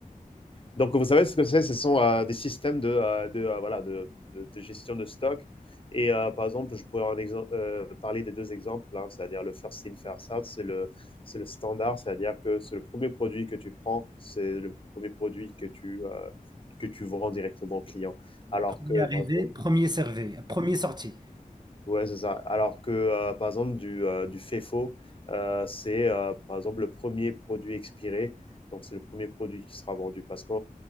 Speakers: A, on the left (about 35°); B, on the right (about 30°).
A: Donc, vous savez ce que c'est Ce sont euh, des systèmes de, euh, de, euh, voilà, de, de, de, gestion de stock. Et euh, par exemple, je pourrais en exemple, euh, parler des deux exemples, hein, c'est-à-dire le first in, first out, c'est le, c'est le standard, c'est-à-dire que c'est le premier produit que tu prends, c'est le premier produit que tu, euh, que tu vends directement au client. Alors
B: premier
A: que,
B: arrivé,
A: par exemple,
B: premier servi, premier sorti.
A: Ouais, c'est ça. Alors que, euh, par exemple, du, euh, du FEFO, euh, c'est euh, par exemple le premier produit expiré. Donc, c'est le premier produit qui sera vendu. Parce que